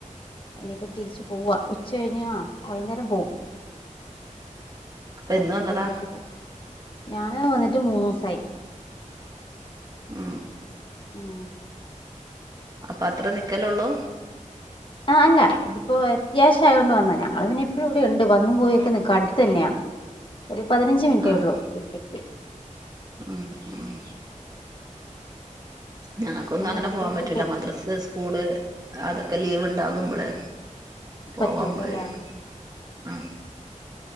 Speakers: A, on the left (about 40°); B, on the right (about 30°).
A: ഇനിയിപ്പം തിരിച്ചു പോവാ ഉച്ച കഴിഞ്ഞാ വൈകുന്നേരം പോവും
B: അപ്പൊ
A: ഹസ്ബൻഡ്
B: എന്ന് വന്നതാ
A: വീട്ടിലേക്ക് പോം ഞാന് വന്നിട്ട് മൂന്നു ദിവസായി
B: ആ
A: ഉം
B: അപ്പൊ അത്ര നിക്കലള്ളൂ
A: ആ അല്ല ഇതിപ്പോ അത്യാവശ്യയോണ്ട് വന്നാ ഞങ്ങൾ പിന്നെ എപ്പോഴും ഇവിടെ ഉണ്ട് വന്നും പോയിക്കെ നിക്ക് അടുത്ത് തന്നെയാ ഒരു പതിനഞ്ച് മിനിറ്റേ
B: ആഹ്
A: ഉള്ളൂ ഇപ്പക്ക്
B: ഉം ഉം ഞങ്ങൾക്കൊന്നും
A: അതുകൊണ്ട്
B: അങ്ങനെ
A: ഇടയ്ക്കിടയ്ക്ക്
B: പോകാൻ പറ്റൂല
A: പോ
B: മദ്രസ്സാ സ്കൂള് അതൊക്കെ ലീവ് ഇണ്ടാകുമ്പള് പോവാ
A: പറ്റുള്ളൂ
B: <unintelligible>
A: അല്ലേ
B: ആ